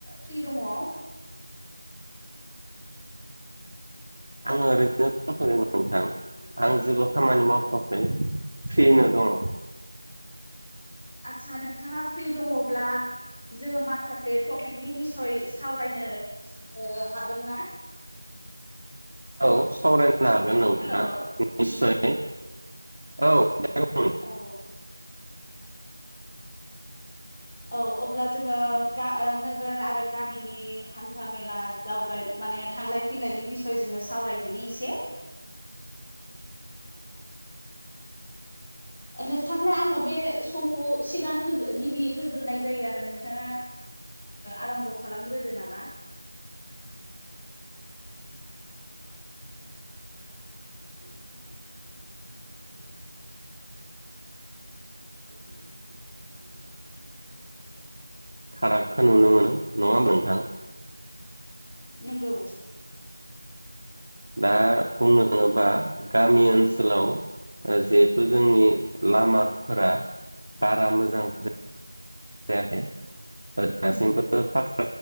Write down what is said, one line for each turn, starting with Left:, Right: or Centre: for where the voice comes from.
Left: फ्रि दङ?
Right: आङो ओरैनो <unintelligible> नोंथां। आं जेबो खामानि मावथ'वाखै फ्रिनो दङ'
Left: आदसा नोंथाङा फ्रि दङब्ला जोङो माखासे टपिकनि बिसय सावरायनो हागोन ना <inaudible>
Right: औ सावरायनो हागोन नोंथाङा
Left: हेलौ
Right: निस्य औ
Left: औ औ अब्ला जोङो नोगोर आरो गामिनि हान्था मेला जावगाय माने थांलाय फैलायनि बिसय जोङो सावरायदोनि एसे नोंथांनो आङो बे समखौ सिगां गिबि होग्रोनाय जायो आरो नोंथाङा आराम्भ' खालामग्रोदो नामा
Right: <unintelligible> <unintelligible> फारागखौ नुनो मोनो नङाहोमबा नोंथां
Left: नोंगौ
Right: दा बुंनो थाङोबा गामि ओनसोलाव जिहेथु जोंनि लामाफोरा बारा मोजां जाया जायाखै दासिमबो फाख